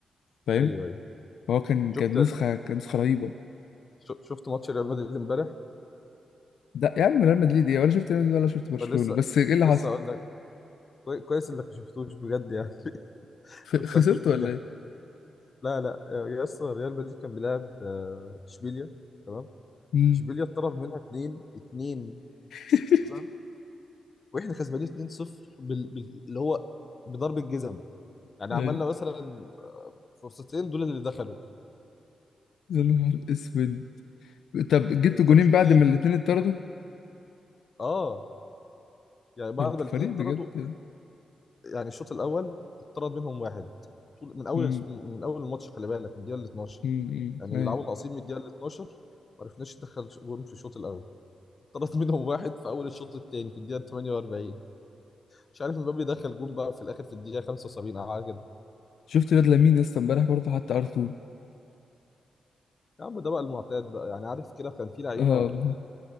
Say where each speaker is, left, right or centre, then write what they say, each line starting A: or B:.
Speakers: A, on the left; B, on the left.
A: فاهم
B: ايوه ايوه
A: فهو كان كان
B: شفت
A: نسخه كان نسخه رهيبه
B: ش- شفت ماتش ريال مدريد امبارح
A: ده يا عم ريال مدريد ايه ولا شفت ريال مدريد ولا شفت برشلونه
B: فلسه
A: بس ايه اللي
B: لسه
A: حصل
B: اقول لك كوي- كويس انك ما شفتوش بجد يعني <laughs>
A: خ-
B: كنت
A: خسرت
B: هتموت بالضحك
A: ولا ايه
B: لا لا آه، يا اسطى ريال مدريد كان بيلعب آه، اشبيليا تمام
A: مم.
B: اشبيليا اتطرد منها اتنين اتنين
A: <laughs>
B: تمام واحنا كسبانين 2-0 بال... بال... اللي هو بضرب الجزم يعني
A: ايوه
B: عملنا مثلا فرصتين دول اللي دخلوا
A: يا نهار اسود طب جبت
B: انت
A: جونين
B: متخيل
A: بعد ما الاتنين اتطردوا
B: اه يعني بعد
A: ده انت
B: ما
A: فريق
B: الاثنين اتطردوا
A: بجد
B: يعني الشوط الاول اتطرد منهم واحد طول من اول
A: مم.
B: من اول الماتش خلي بالك من الدقيقه ال 12
A: امم
B: يعني
A: ايوه
B: بيلعبوا ناقصين من الدقيقه ال 12 ما عرفناش ندخل جون في الشوط الاول اتطرد منهم واحد في اول الشوط الثاني في الدقيقه 48 مش عارف مبابي دخل جون بقى في الاخر في الدقيقه 75 او حاجه كده
A: شفت الواد لامين لسه امبارح برضه حتى ار 2
B: يا عم ده بقى المعتاد بقى يعني عارف كده كان في لعيبه
A: اه والله